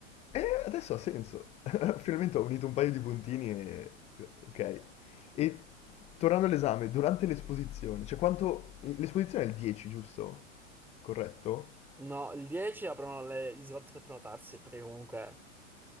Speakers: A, on the left; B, in the centre.
A: E adesso ha senso. <laughs> Finalmente ho unito un paio di puntini e... Ok. E tornando all'esame, durante l'esposizione, cioè quanto... L'esposizione è il 10, giusto? Corretto?
B: No, il 10 aprono le- gli slot per prenotarsi, perché comunque...